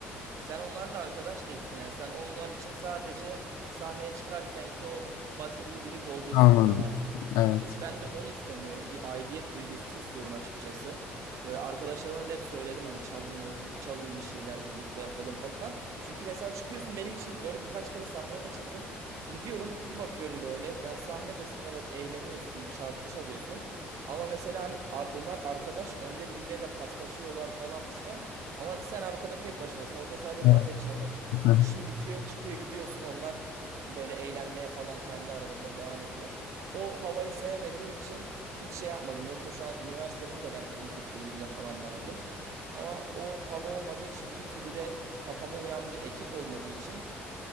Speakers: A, on the right (about 65°); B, on the left (about 75°).
A: Sen onlarla arkadaş değilsin. Yani sen onlar için sadece sahneye çıkarken ki o bateriyi biri doldursun
B: Anladım.
A: diye
B: Evet.
A: Es- Ben de onu istemiyorum. Bir aidiyet duygusu istiyorum açıkçası. Böyle arkadaşlarıma da hep söyledim hani çalın o, çalın bir şeyler birlikte yapalım falan. Çünkü mesela çıkıyorsun benim için böyle birkaç kere sahneye çıktım. Gidiyorum bir bakıyorum böyle yani sahnedesin evet eğleniyorsun bir şarkı çalıyorsun. Ama mesela hani ar- onlar arkadaş önde birbirleriyle paslaşıyorlar falan pistan. Ama sen arkada tek başınasın orada sadece
B: Evet.
A: bateri çalmak için varsın.
B: Heh,
A: İşin bitiyor çıkıyor gidiyorsun onlar böyle eğlenmeye falan kendi aralarında devam ediyor. O havayı sevmediğim için hiç şey yapmadım. Yoksa şu an üniversitenin de ben müzik kulübünde falan vardım. Ama o hava olmadığı için bir türlü de kafama uyan bir ekip olmadığı için